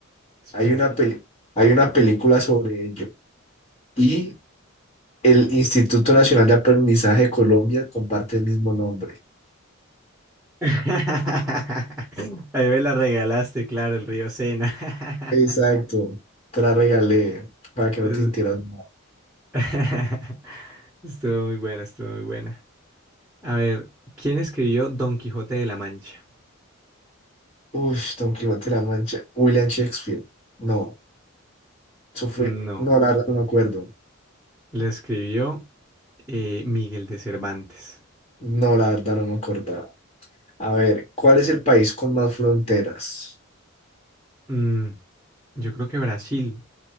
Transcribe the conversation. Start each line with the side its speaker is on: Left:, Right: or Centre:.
Centre: espérate.
Left: Hay una peli- hay una película sobre ello. Y el Instituto Nacional de Aprendizaje de Colombia comparte el mismo nombre.
Centre: <laughs> Ahí me la regalaste, claro, el río Sena. <laughs>
Left: Exacto. Te la regalé para que
Centre: Es-
Left: no te sintieras mal.
Centre: <laughs> Estuvo muy buena, estuvo muy buena. A ver, ¿quién escribió Don Quijote de la Mancha?
Left: Uy, Don Quijote de la Mancha. William Shakespeare. No, eso fue.
Centre: No,
Left: No, la verdad no me acuerdo.
Centre: lo escribió eh, Miguel de Cervantes.
Left: No, la verdad no me acordaba. A ver, ¿cuál es el país con más fronteras?
Centre: Mm, yo creo que Brasil.